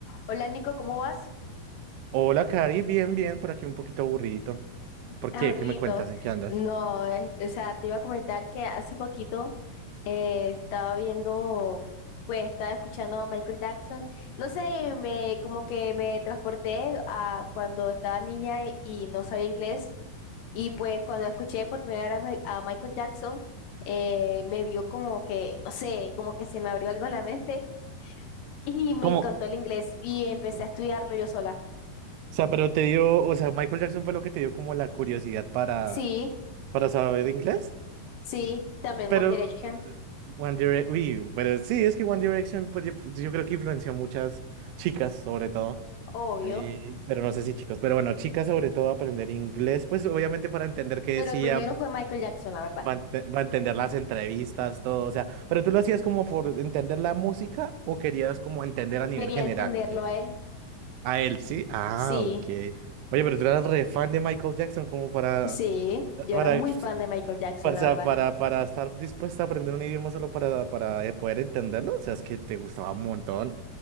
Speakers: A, on the left; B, on the right.
A: Hola Nico, ¿cómo vas?
B: Hola, Cari, bien, bien, por aquí un poquito aburrido. ¿Por
A: Ahorrito.
B: qué? ¿Qué me cuentas? ¿En qué andas?
A: No, eh, o sea, te iba a comentar que hace poquito eh, estaba viendo, pues estaba escuchando a Michael Jackson. No sé, me como que me transporté a cuando estaba niña y no sabía inglés. Y pues cuando escuché por primera vez a Michael Jackson, eh, me dio como que, no sé, como que se me abrió algo en la mente y me
B: ¿Cómo?
A: encantó el inglés y empecé
B: O
A: a estudiarlo yo sola.
B: sea, pero te dio, o sea, Michael Jackson fue lo que te dio como la curiosidad para,
A: Sí,
B: para saber inglés.
A: sí, también
B: Pero,
A: One Direction.
B: eh, One Direction, uy, pero sí, es que One Direction, pues yo, yo creo que influenció a muchas chicas, sobre todo.
A: obvio,
B: Y- pero no sé si chicos, pero bueno, chicas sobre todo a aprender inglés, pues obviamente para entender qué decía.
A: pero el primero fue Michael Jackson, la verdad.
B: para entender las entrevistas, todo, o sea, pero tú lo hacías como por entender la música o querías como entender a nivel
A: Quería
B: general,
A: entenderlo
B: ok.
A: a él.
B: A él, sí. Ah,
A: Sí,
B: ok. Oye, pero tú eras re fan de Michael Jackson como para,
A: sí, yo
B: para,
A: era muy fan de Michael Jackson,
B: para, o
A: la
B: sea,
A: verdad.
B: para, para estar dispuesta a aprender un idioma solo para, para eh, poder entenderlo, o sea, es que te gustaba un montón.